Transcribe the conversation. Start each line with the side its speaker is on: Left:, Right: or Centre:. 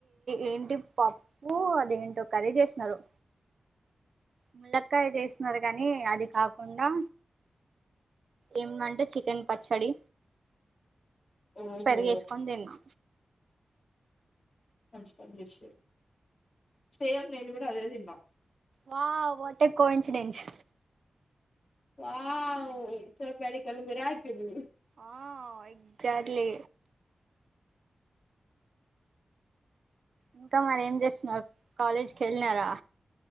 Right: ఏంటి పప్పు అదేంటో కర్రీ చేశ్నారు ముల్లక్కాయ చేశ్నారు కానీ అది కాకుండా ఏందంటే చికెన్ పచ్చడి
Left: ఓహో
Right: పెరుగేసుకొని తిన్నా
Left: మంచి పని చేశారు సేమ్ నేను కూడా అదే తిన్న
Right: wow what a coincidence
Left: wow చో ప్యాడి కల్ మిరాకిల్
Right: ఆ ఎగ్జాక్ట్లీ ఇంకా మరేం చేస్తున్నారు కాలేజ్కే న్నారా